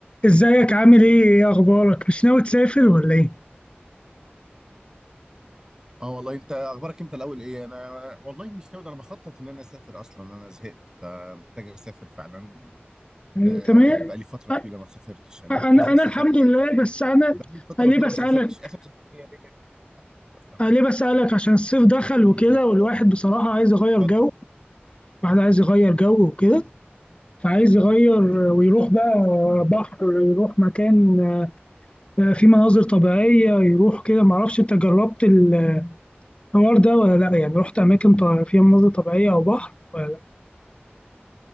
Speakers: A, on the left; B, on the right.
A: ازيك عامل ايه ايه اخبارك مش ناوي تسافر ولا ايه
B: اه والله انت اخبارك انت الاول ايه انا والله مش ناوي ده انا بخطط ان انا اسافر اصلا انا زهقت فمحتاج اسافر فعلا
A: أيوة،
B: آه،
A: تمام
B: بقالي فتره طويله
A: أ-
B: ما سافرتش انا
A: انا
B: اخر
A: انا
B: سفريه
A: الحمد لله بس انا
B: بقالي فتره
A: أنا ليه
B: طويله
A: بسالك
B: ما سافرتش اخر سفريه ليا كانت في سنه
A: أنا ليه بسالك عشان الصيف دخل وكده
B: امم
A: والواحد بصراحه عايز يغير
B: اتفضل
A: جو الواحد عايز يغير جو وكده فعايز يغير ويروح بقى
B: امم
A: بحر يروح مكان فيه مناظر طبيعيه يروح كده معرفش انت جربت الحوار ده ولا لا يعني رحت اماكن ط- فيها مناظر طبيعيه او بحر ولا لا